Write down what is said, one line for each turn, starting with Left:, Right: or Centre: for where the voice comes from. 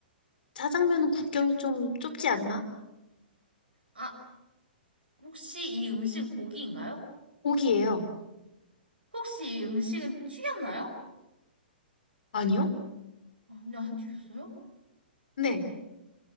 Left: 짜장면은 국경이 좀 좁지 않나?
Right: 아, 혹시 이 음식은 고기인가요?
Left: 고기예요.
Right: 혹시 이 음식은 튀겼나요?
Left: 아니요?
Right: 아, 근데 안 튀겼어요?
Left: 네.